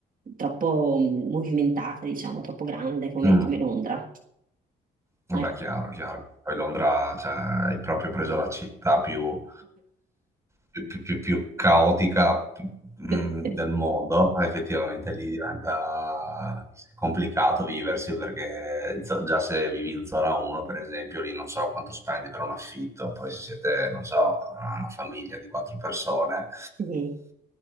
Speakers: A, on the right (about 45°); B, on the right (about 15°).
A: troppo mh, movimentata, diciamo, troppo grande come,
B: Mm.
A: come Londra.
B: Vabbè,
A: Ecco.
B: chiaro, chiaro. Poi Londra, cioè, hai proprio preso la città più, più- più- più- più caotica più- mh,
A: <laughs>
B: del mondo. Effettivamente lì diventa complicato viversi perché z- già se vivi in zona 1, per esempio, lì non so quanto spendi per un affitto. Poi se siete, non so, una famiglia di quattro persone,
A: Sì,